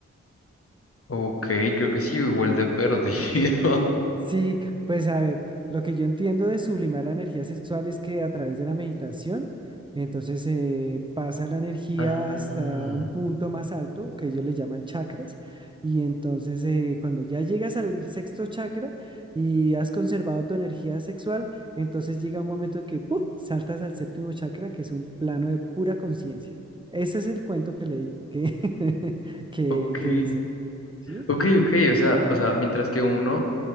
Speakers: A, on the left (about 50°); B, on the right (about 15°).
A: ok, creo que sí, igual de perdido.
B: Sí, pues a ver, lo que yo entiendo de sublimar la energía sexual es que a través de la meditación, entonces se pasa la energía
A: <laughs> Ah,
B: hasta un punto más alto, que ellos le llaman chakras, y entonces eh, cuando ya llegas al sexto chakra y has conservado tu energía sexual, entonces llega un momento en que ¡pum! saltas al séptimo chakra, que es un plano de pura conciencia. Ese es el cuento que le que, <laughs> que,
A: ok.
B: que dicen, ¿sí?
A: Ok, ok, o sea, o sea, mientras que uno